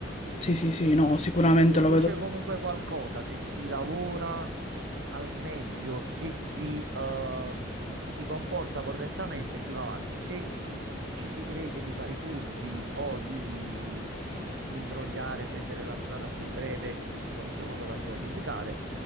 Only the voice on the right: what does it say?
Si produce
comunque qualcosa se si lavora al meglio, se si, eh, ci si comporta correttamente, si va avanti. Se ci si crede di fare i furbi o di imbrogliare, prendere la strada più breve, in qualunque modo la si voglia indicare,